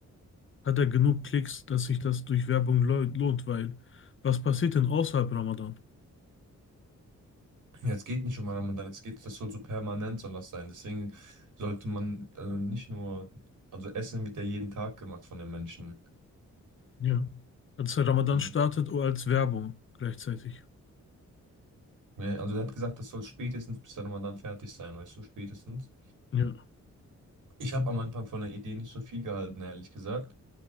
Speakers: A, on the left; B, on the right.
A: hat er genug Klicks, dass sich das durch Werbung lo- lohnt? Weil, was passiert denn außerhalb Ramadan?
B: Ja, es geht nicht um Ramadan, es geht, das soll so permanent soll das sein. Deswegen sollte man also nicht nur, also Essen wird ja jeden Tag gemacht von den Menschen.
A: Ja. Als der Ramadan
B: Also,
A: startet oder als Werbung gleichzeitig.
B: ja, also er hat gesagt, das soll spätestens bis der Ramadan fertig sein, weißt du, spätestens.
A: Ja.
B: Ich habe am Anfang von der Idee nicht so viel gehalten, ehrlich gesagt.